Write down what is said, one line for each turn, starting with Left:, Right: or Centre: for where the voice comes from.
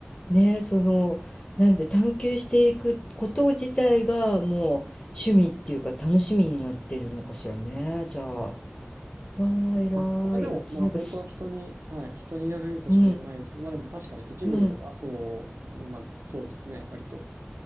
Left: ねえ、その、なんで探求していくこと自体がもう趣味っていうか楽しみになってるのかしらね。じゃあ、わあ、偉い。
Right: まあ、これでも、
Left: 私なんかす、
Right: まあ、本当人に、はい、人によるとしか言えうがないですけど、
Left: うん、
Right: まあ、でも確かに一部はそう、
Left: うん。
Right: まあ、そうですね、割と。